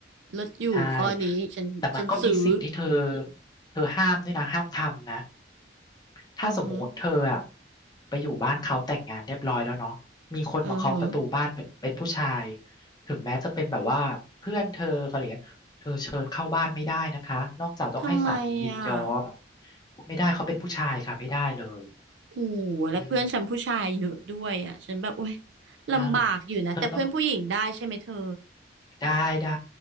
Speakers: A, on the right; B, on the left.
A: เลิศอยู่ข้อนี้ฉันฉันซื้อ
B: ใช่ แต่มันก็มีสิ่งที่เธอเธอห้ามด้วยนะห้ามทำนะถ้าสมมติเธออะ
A: อือฮึ
B: ไปอยู่บ้านเขาแต่งงานเรียบร้อยแล้วเนาะมีคนมาเคาะประตูบ้านเป็นเป็นผู้ชาย
A: เออฮึ
B: ถึงแม้จะเป็นแบบว่าเพื่อนเธออะไรอย่างเงี้ยเธอเชิญเข้าบ้านไม่ได้นะคะนอกจากต้องให้สามียินยอม
A: ทำไมอ่ะ
B: ไม่ได้เขาเป็นผู้ชายค่ะไม่ได้เลย
A: โอ้โหแล้วเพื่อนฉันผู้ชายเยอะด้วยอ่ะฉันแบบโอ้ย
B: อืม
A: ลำบากอยู่นะแต่เพื่อนผู้หญิงได้ใช่ไหมเธอ
B: อ้าวเธอต้องได้ได้